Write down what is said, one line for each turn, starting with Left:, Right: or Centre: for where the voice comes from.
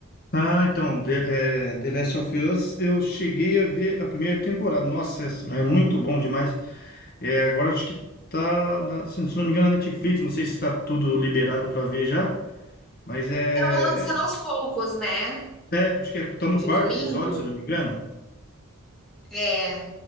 Left: ah, então, The, é, The Last of Us, eu cheguei a ver a primeira temporada. Nossa, é, é muito bom demais. É, agora acho que tá, na- se se não me engano, na Netflix. Não sei se está tudo liberado para ver já, mas é,
Centre: Estavam lançando aos poucos, né,
Left: é, Acho que é, tá no
Centre: de
Left: quarto
Centre: domingo.
Left: episódio, se eu não me engano.
Centre: É,